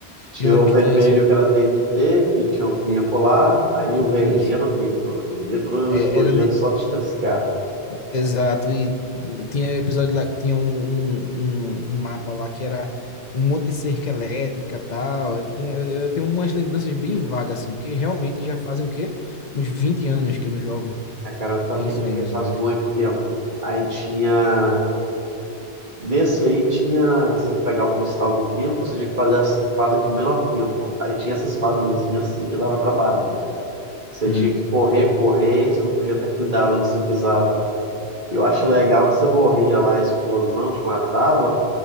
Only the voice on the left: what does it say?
Eu lembro
que
tinha isso aí.
Isso.
É,
era
Exato, e tinha episódio lá, tinha um, um, um um mapa lá que era um monte de cerca elétrica tal. Eu, tinha, eu, eu tenho umas lembranças bem vagas, assim, porque realmente já fazem o quê? Uns 20 anos que eu não jogo.
Tem isso
aí, mais
ou menos.
Hum,